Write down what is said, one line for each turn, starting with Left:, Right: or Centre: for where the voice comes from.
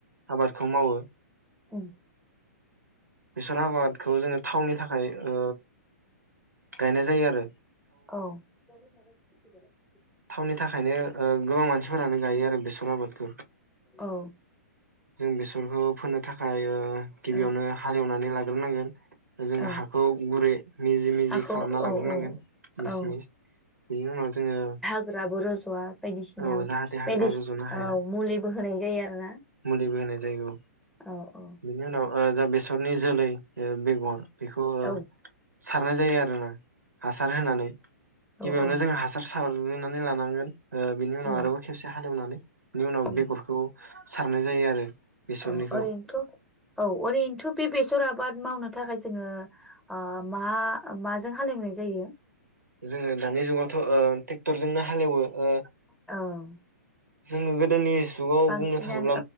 Right: आबादखौ मावो।
Centre: उम
Right: बेसर आबादखौ जोङ थावनि थाखाय ओ गायनाय जायो आरो।
Centre: औ। <unintelligible>
Right: थावउननि थाखायनो ओ गोबां मानसिफोरानो गायो आरो बेसर आबादखौ।
Centre: औ
Right: जों बेसरखौ फोनो थाख खाय ओ गिबियावनो
Centre: औ
Right: हालेवनानै लाग्रोनांगोन जोङो
Centre: औ
Right: हाखौ गुरै मिजि मिजि
Centre: हाखौ
Right: खालामना लाग्रोनांगोन
Centre: औ औ
Right: मिस
Centre: औ
Right: मिस बेनि उनाव जोङो
Centre: बाय <unintelligible>
Right: औ जाहाथे हाग्रा
Centre: आरो
Right: रज'नो हाया
Centre: ना
Right: मुलिबो होनाय जायो औ।
Centre: औ औ
Right: बिनि उनाव ओ जा बेसरनि जोलै ओ बेगर बेखौ
Centre: औ
Right: सारनाय जायो आरो ना। हासार होनानै
Centre: औ
Right: गिबियावनो
Centre: औ
Right: जों हासार सार साग्रोरनानै लानांगोन। ओ बिनि उनाव
Centre: उम
Right: आरोबाव खेबसे हालेवनानै बिनि उनाव
Centre: उम
Right: बेगरखौ सारनाय जायो आरो। बेसरनिखौ
Centre: औ ओरैनोथ' औ ओरैनोथ' बे बेसर आबाद मावनो थाखाय जोङो मा माजों हालेवनाय जायो?
Right: जोङो दानि जुगावथ' ओ ट्रेक्टरजोंनो हालेवो ओ
Centre: औ
Right: जोङो गोदोनि जुगाव
Centre: बांसिनानो
Right: बुंनो थाङोब्ला